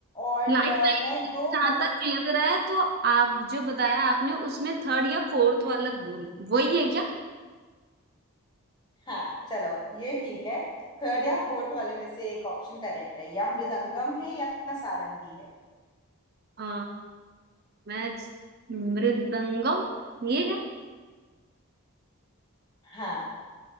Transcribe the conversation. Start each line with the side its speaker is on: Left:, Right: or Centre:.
Left: और
Right: Life
Left: अ,
Right: line
Left: मैं
Right: मुझे
Left: दो
Right: जहाँ
Left: गलत
Right: तक लग रहा है तो आप जो बताया आपने उसमें थर्ड या फोर्थ वाला बोल वही है क्या
Left: हाँ चलो ये ठीक है थर्ड या फोर्थ वाले में से एक ऑप्शन करेक्ट है या मृदंगम है या सारंगी है
Right: आ, मैं मृदंगम ये है
Left: हाँ